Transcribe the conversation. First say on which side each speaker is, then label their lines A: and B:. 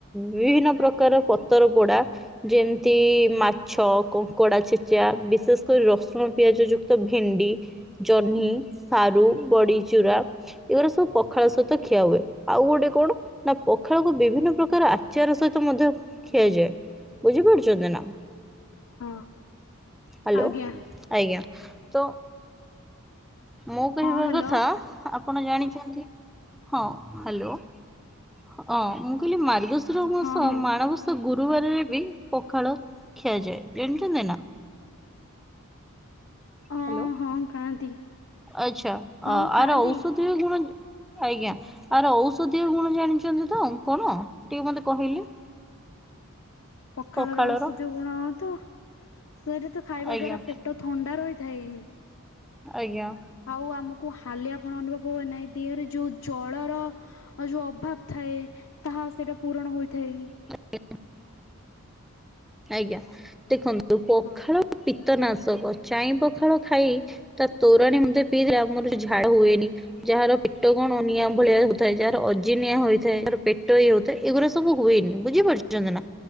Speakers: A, in the centre; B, on the left.
A: ବିଭିନ୍ନ ପ୍ରକାର ପତର ପୋଡ଼ା ଯେମିତି ମା ଛ କଙ୍କଡ଼ା ଛେଚା ବିଶେଷ୍ କରି ରସୁଣ ପିଆଜ ଯୁକ୍ତ ଭେଣ୍ଡି ଜ ଜହ୍ନି, ସାରୁ, ବଡ଼ିଚୁରା ଏଗୁରା ସବୁ ପଖାଳ ସହିତ ଖିଆ ହୁଏ ଆଉ ଗୋଟେ କଣ? ନା ପଖାଳକୁ ବିଭିନ୍ନ ପ୍ରକାର ଆଚାର ସହିତ ମଧ୍ୟ ଖିଆଯାଏ ବୁଝିପାରୁଛନ୍ତି ନା?
B: ହଁ
A: ହାଲୋ
B: ଆଜ୍ଞା
A: ଆଜ୍ଞା ତ ମୁଁ କହିବା
B: ହଁ ହ୍ୟାଲୋ
A: କଥା ଆପଣ ଜାଣିଛନ୍ତି ହଁ ହାଲୋ। ହଁ ମୁଁ କହିଲି ମାର୍ଗଶିର
B: ହଁ
A: ମାସ
B: ହଁ ହଁ
A: ମାଣବସ୍ ସ ଗୁରୁବାରରେ ବି ପଖାଳ ଖିଆଯାଏ ଜାଣିଚନ୍ତି ନା?
B: ହଁ
A: ହାଲୋ।
B: ହଁ ଖାଆନ୍ତି।
A: ଆଚ୍ଛା ଅ
B: ହଁ ଖାଆନ୍ତି
A: ଆର ଔଷଧୀୟ
B: ହୁଁ।
A: ଗୁଣ ଆଜ୍ଞା ଆର ଔଷଧୀୟ ଗୁଣ ଜାଣିଛନ୍ତି ତ କଣ ଟିକେ ମତେ କହିଲେ?
B: ପଖାଳ
A: ପଖାଳର
B: ର ଔଷଧ ଗୁଣ ତ ସେଇଟା ତ ଖାଇବା
A: ଆଜ୍ଞା
B: ଦ୍ଵାରା ପେ ଟ ଥଣ୍ଡା ରହିଥାଏଁ।
A: ଆଜ୍ଞା।
B: ଆଉ ଆମକୁ ହାଲିଆ ପଣ ଅନୁଭବ ହୁଏ ନାହିଁ ଦିହରେ ଯୋଉ ଜ୍ୱଳର ଆଉ ଯୋଉ ଅଭାବ୍ ଥାଏ ତାହା ସେଇଟା ପୂରଣ ହୋଇଥାଏ।
A: <inaudible> ଆଜ୍ଞା ଦେଖନ୍ତୁ ପଖାଳ
B: ହଁ
A: ପୀତନାଶକ ଚାଇଁ ପଖାଳ ଖାଇ ତା ତୋରଣୀ ମୁନ୍ଦେ ପିଇଦେଲେ ଆମର ଝାଳ ହୁଏନି। ଯାହାର ପେଟ କଣ ନିଆଁ ଭଳିଆ ହଉଥାଏ ଯାହାର ଅଜିିନିଆ ହୋଇଥାଏ ଯାହାର ପେଟ ଇଉ ତ ଏଗୁରା ସବୁ ହୁଏନି ବୁଝିପାରୁଛନ୍ତି ନା